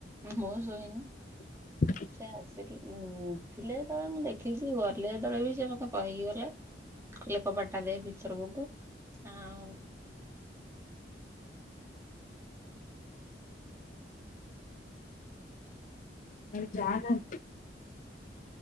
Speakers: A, on the right (about 15°); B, on the left (about 50°).
A: ମୁଁ ଶୋଇନି।
B: <inaudible>
A: ସେ ଆସିକି ଉଠିଲେ ଯେତଳେ ମୁଁ ଦେଖିଛି ଗଲେ ଯେତଳେ ବି ସେ ମତେ କହିକି ଗଲେ‌ ଲେ କବାଟଟା ଦେ ଭିତର ପଟୁ। ଆଉ-
B: ଆରେ ଯାଆ ନାଁ।